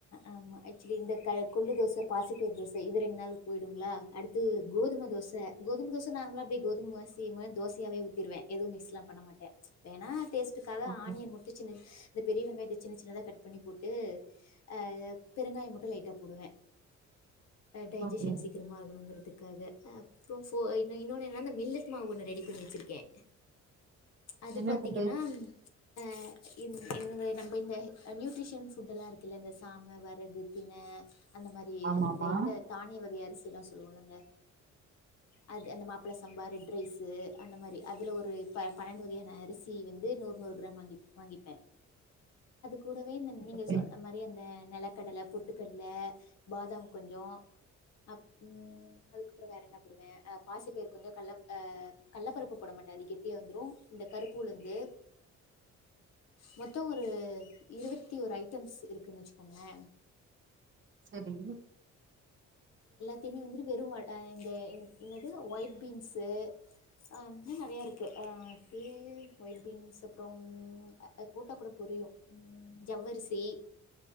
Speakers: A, on the left; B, on the right.
A: ஆமா ஆக்சுவலி இந்தக் கொள்ளு தோச பாசிப்பயிர் தோச இது ரெண்டு நாள் போய்டுங்ளா அடுத்து கோதும தோச கோதும தோச நார்மலா அப்டியே கோதும <unintelligible> தோசையாவே ஊத்திருவே எது மிகஸ்லா பண்ண மாட் வேணா டேஸ் த்துக்காக
B: ஓகே
A: ஆணியன் முட்டு <unintelligible> த பெரிய வெங்காயத்த சின்ன சின்னதா கட் பண்ணி போட்டு அ பெருங்காய மட்டு லைட்டா போடுவேன் டைஜஷன்
B: ஓகே
A: சீக்கரமா ஆகணுங்றதுக்காக <unintelligible> இன்ன ஒன்னு என்னன்னா மில்லட் மாவு ஒன்னு ரெடி பண்ணி வச்சிருக்கேன் அது
B: என்ன
A: பாத்தீங்கனா
B: புட்டு
A: அ இன் என்னதை நம்ம இந்த நியூட்ரிஷன் ஃபுட் எல்லா இருக் இந்த சாம வரகு திணை அந்த மாதிரி
B: ஆமா
A: அந்த
B: ஆமா
A: இந்த தானிய வகை அரிசி எல்லா செல்லுவோ இல்லங்க அது அந்த மாப்பிள்ள சம்ப <unintelligible> ரைஸ்சு அந்த மாதிரி அதுல ஒரு பன் பன்னிரண்டு வகையான அரிசி வந்து நூறு நூறு கிராம் வாங்கி வாங்கிப்பேன். கூடவே இந்த நீங்க
B: ஓகே
A: சொன்ன படி அந்த நெல க்கடல பொட்டுக்கல்ல பாதாம் கொஞ்சோ அப் ம் அதுக்கப்றோ வேற என்ன போடுவே ஆ பாசிப்பயறு கொஞ்சோ கல்லப் ஆ கல்ல பருப்பு போட மாட்டே அது கெட்டியா வந்துரு. இந்த கருப்பு உளுந்து மொத்தோ ஒரு இருவத்தி ஓரு அயிட் ஸ் இருக்குனு வச்சுக்கோங்களே
B: சரி
A: த்தையுமே வந்துட்டு வெறு ஒ ஆ இந்த இன் என்னது ஒயிட் பீன்ஸு ஆ இன்னு நெறையா இருக்கு ஆ பேர் ஒயிட் பீன்ஸ் அப்றம் அ ஆ போட்டா கூட பொரியு ம் ஜவ்வரிசி